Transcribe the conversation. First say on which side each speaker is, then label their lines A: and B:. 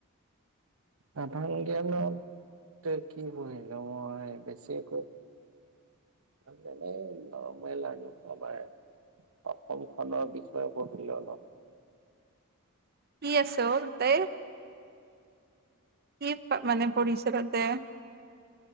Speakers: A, on the right; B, on the right.
A: সাধাৰ জ্ঞানত কি পঢ়িলোঁ মই বেছি একো এনেই নৰ্মেল আৰু আমাৰ অসম খনৰ বিষয়ে পঢ়িলোঁ অলপ।
B: কি আছে অ তাতে? কি মানে পঢ়িছা তাতে?